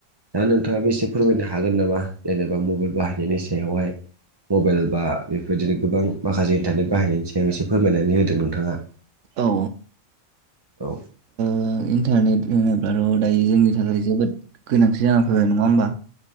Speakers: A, on the right; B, on the right.
A: दा नोंथाङाबो एसे फोरमायनो हागोन नामा जेनेबा मबेइल बाहायनायनि सायावहाय मबाइल बा बेफोरबादिनो गोबां माखासे इन्टारनेट बाहायनायनि सायाव एसे फोरमायनानै होदों नोंथांङा
B: औ
A: औ
B: ओ इन्टारनेट होनोब्लाथ' दायो जोंनि थाखाय जोबोद गोनांथि जानानै फैबाय नंङा होमबा?